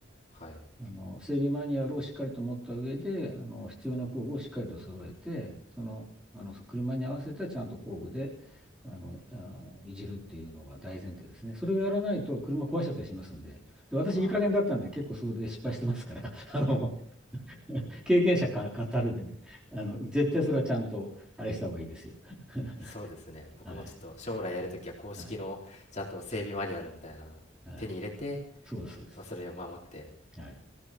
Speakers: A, on the left; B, in the centre.
A: あーはい
B: あの整備マニュアルをしっかりと持った上で、あの必要な工具をしっかりと揃えて、その、あの車に合わせたちゃんと工具であの、あいじるっていうのが大前提ですね。それをやらないと車壊しちゃったりしますんで、で私、
A: ああー
B: いい加減だったんで、結構それで失敗してますから、<laughs> あの <laughs> 経験者か語るでね、あの絶対それはちゃんとあれした方がいいですよ。<laughs>
A: そうですね僕もちょっと将来やるときは公式のちゃんと整備マニュアルみたいなのを手に入れて
B: はい、はい、はい、そうです、そうです。
A: まあそれを守って
B: はい、